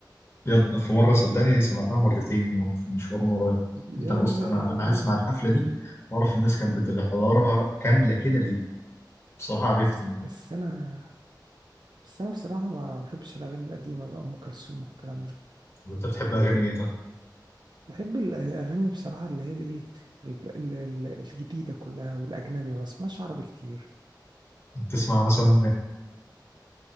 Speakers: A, on the left (about 30°); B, on the right (about 65°).
A: يد- في مرة صدقني سمعتها مرتين يوم في مشوار مرة
B: يا
A: انت بص
B: لهوي
A: انا انا هسمع الحفلة دي واعرف الناس كانت بتبقى حضورها كاملة كده ليه بصراحة عرفت يعني
B: بس انا بس انا بصراحه ما بحبش الاغاني القديمه بقى ام كلثوم والكلام ده
A: طب انت بتحب اغاني ايه طيب
B: بحب الأغاني بصراحة اللي هي الإيه ال- ال- ال- الجديدة كلها والأجنبي ما بسمعش عربي كتير
A: بتسمع مثلا